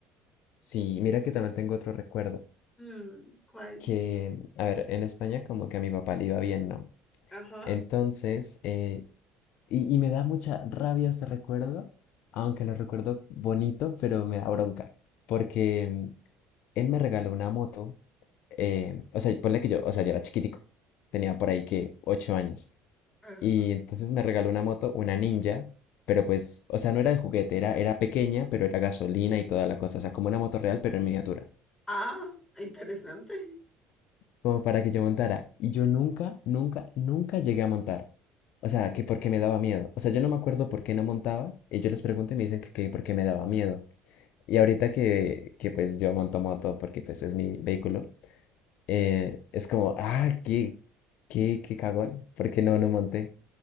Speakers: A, on the left; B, on the left.
A: sí, mira que también tengo otro recuerdo.
B: Mm, ¿cuál?
A: Que, a ver, en España como que a mi papá le iba bien, ¿no?
B: Ajá.
A: Entonces, eh, Y, y me da mucha rabia este recuerdo, aunque lo recuerdo bonito, pero me da bronca, porque mm, él me regaló una moto, eh, o sea, ponle que yo, o sea, yo era chiquitico, tenía por ahí que ocho años,
B: Ajá.
A: y entonces me regaló una moto, una ninja, pero pues, o sea, no era de juguete, era, era pequeña, pero era gasolina y toda la cosa, o sea, como una moto real, pero en miniatura.
B: Ah, interesante.
A: como para que yo montara. Y yo nunca, nunca, nunca llegué a montar. O sea, que porque me daba miedo. O sea, yo no me acuerdo por qué no montaba. Y yo les pregunto y me dicen que, que porque me daba miedo. Y ahorita que, que pues yo monto moto porque pues es mi vehículo, eh, es como, ah, qué, qué, qué cagón. Porque no, no monté.